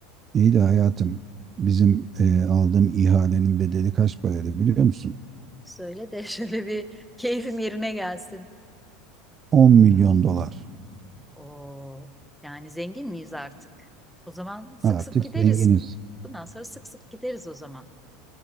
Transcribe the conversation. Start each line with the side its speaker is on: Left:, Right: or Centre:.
Right: iyi de hayatım. Bizim e, aldığım ihalenin bedeli kaç paraydı biliyor musun?
Centre: Söyle de <laughs> şöyle bir keyfim yerine gelsin.
Right: 10 milyon dolar.
Centre: Oo, yani zengin miyiz artık? O zaman sık
Right: Artık
Centre: sık gideriz.
Right: zenginiz.
Centre: Bundan sonra sık sık gideriz o zaman.